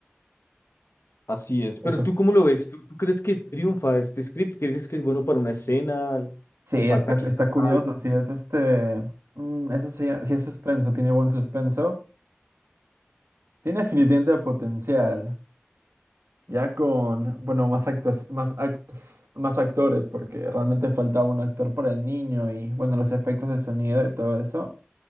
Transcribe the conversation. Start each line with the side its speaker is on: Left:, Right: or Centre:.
Left: Así es, pero
Right: Eso.
Left: ¿tú cómo lo ves? ¿Tú, tú crees que triunfa este script? ¿Crees que es bueno para una escena?
Right: Sí,
Left: ¿Le falta
Right: está,
Left: quizás
Right: está curioso,
Left: algo?
Right: sí, es este, mm, eso sí, sí es suspenso, tiene buen suspenso, tiene definitivamente potencial, ya con, bueno, más actos, más ac- más actores, porque realmente faltaba un actor para el niño y, bueno, los efectos de sonido y todo eso,